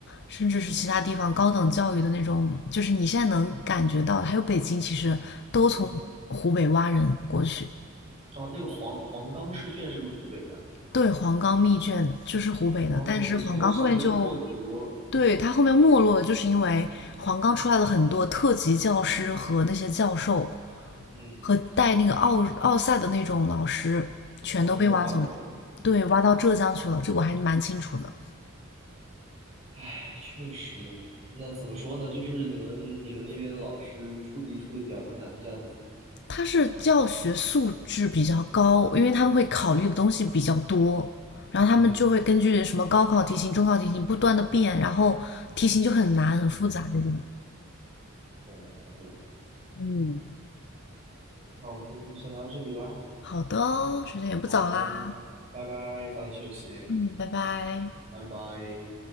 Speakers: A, on the left; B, on the right.
A: 甚至是其他地方高等教育的那种，就是你现在能感觉到的，还有北京，其实都从湖北挖人过去。
B: 嗯。哦，那个黄黄冈试卷是不是湖北的啊？
A: 对，黄冈密卷就是湖北的，
B: 哦，
A: 但是黄冈后面就，
B: 我记得我小学时候做的可多了。
A: 对，它后面没落了，就是因为黄冈出来了很多特级教师和那些教授
B: 嗯。
A: 和带那个奥奥赛的那种老师，全都被挖走了，
B: 然后呢被挖走了。
A: 对，挖到浙江去了，这个我还是蛮清楚的。
B: 唉，确实，那怎么说呢？就是你们你们那边老师出题出的比较难，这样子。
A: 他是教学素质比较高，因为他们会考虑的东西比较多，然后他们就会根据什么高考题型、
B: 嗯，
A: 中考题型不断的变，然后题型就很难、很复杂这种。
B: 懂了了解
A: 嗯。
B: 那我们今天就先聊到这里吧。
A: 好的哦时间也不早啦，
B: 好的，拜拜，早点休息，
A: 嗯，拜拜。
B: 拜拜。